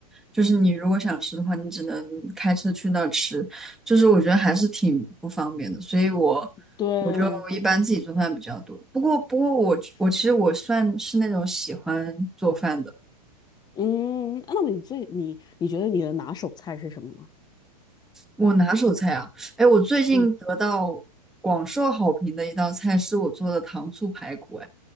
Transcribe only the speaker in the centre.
就是你如果想吃的话，你只能开车去那儿吃，就是我觉得还是挺不方便的，所以我我就一般自己做饭比较多。
不过不过我我其实我算是那种喜欢做饭的，
我拿手菜啊，哎，我最近得到广受好评的一道菜是我做的糖醋排骨，
哎